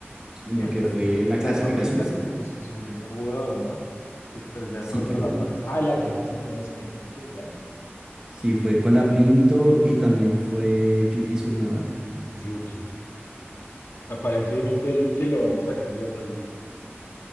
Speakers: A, on the right; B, on the left.
A: en
B: en
A: lo que
B: la,
A: fue la
B: en
A: clasificación,
B: la cuali- calificación,
A: sí.
B: sí, hubo dos, ¿no? Se estrellaron
A: Sí
B: contra
A: que bueno,
B: la pared. Ah, el argentino este, ¿cómo es que se llama?
A: sí fue Colapinto y también fue Yuki Tsunoda.
B: Yuki. Aparentemente a Yuki lo van a sacar de Red Bull.